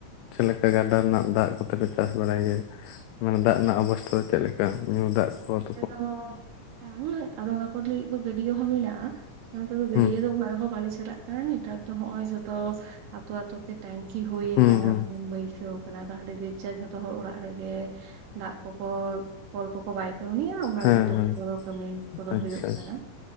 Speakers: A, on the left; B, on the right.
A: ᱪᱮᱫ ᱞᱮᱠᱟ ᱜᱟᱰᱟ ᱨᱮᱱᱟᱜ ᱫᱟᱜ ᱠᱚᱛᱮᱯᱮ ᱪᱟᱥ ᱵᱟᱲᱟᱭ ᱜᱮᱭᱟ᱾ ᱢᱟᱱᱮ ᱫᱟᱜ ᱨᱮᱱᱟᱜ ᱚᱵᱚᱥᱛᱟ ᱫᱚ ᱪᱮᱫᱞᱮᱠᱟ ᱧᱩ ᱫᱟᱜ ᱠᱷᱚᱛᱼᱼ
B: ᱟᱞᱮ ᱫᱚ ᱦᱩᱸ ᱟᱫᱚ ᱚᱱᱟ ᱠᱚ ᱞᱟᱹᱭ ᱮᱫ ᱫᱚ ᱜᱟᱹᱰᱭᱟᱹ ᱦᱚᱸ ᱢᱮᱱᱟᱜᱼᱟᱼᱼ ᱱᱮᱛᱟᱨ ᱫᱚ
A: ᱦᱩᱸ
B: ᱜᱟᱹᱰᱭᱟᱹ ᱫᱚ ᱚᱠᱟ ᱨᱮᱦᱚᱸ ᱵᱟᱞᱮ ᱪᱟᱞᱟᱜ ᱠᱟᱱᱟ ᱱᱮᱛᱟᱨ ᱫᱚ ᱱᱚᱜᱼᱚᱭ ᱡᱷᱚᱛᱚ ᱟᱛᱳᱛᱳ ᱛᱮᱼᱼ ᱴᱟᱝᱠᱤ ᱦᱩᱭ
A: ᱦᱩᱸ
B: ᱠᱟᱱᱟ
A: ᱦᱩᱸ
B: ᱯᱩᱱ ᱵᱟᱹᱭᱥᱟᱹᱣ ᱛᱟᱦᱮ ᱡᱮ ᱡᱟᱨ ᱡᱚᱛᱚ ᱦᱚᱲ ᱚᱲᱟᱜ ᱨᱮᱜᱮ ᱫᱟᱜ ᱠᱚᱠᱚ ᱠᱚᱞ ᱠᱚᱠᱚ ᱵᱟᱭᱼᱼ ᱩᱱᱤᱭᱟ ᱚᱱᱟ
A: ᱦᱮᱸ
B: ᱨᱮᱜᱮ ᱛᱚᱯᱳ
A: ᱦᱮᱸ
B: ᱠᱟᱹᱢᱤ ᱠᱚᱫᱚ
A: ᱟᱪᱪᱷᱟ
B: ᱦᱩᱭᱩᱜ ᱠᱟᱱᱟ